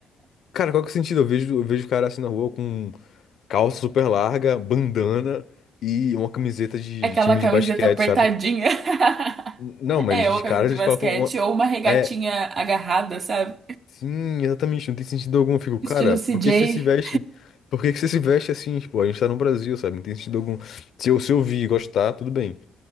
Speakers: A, on the left; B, on the right.
A: Cara, qual que é o sentido? Eu vejo, eu vejo cara assim na rua com calça super larga, bandana e uma camiseta de
B: aquela
A: time
B: camiseta
A: de basquete,
B: apertadinha.
A: sabe?
B: <laughs>
A: N- Não, mas
B: É,
A: de
B: ou a
A: cara
B: camisa de
A: eles
B: basquete,
A: colocam uma.
B: ou uma regatinha
A: É,
B: agarrada, sabe?
A: sim, exatamente. Não tem sentido algum. Eu fico, cara,
B: Estilo
A: por
B: C J
A: que você se veste? Por que que você se veste é assim? Tipo, a gente tá no Brasil, sabe? Não tem sentido algum. Se eu, se eu vi e gostar, tudo bem.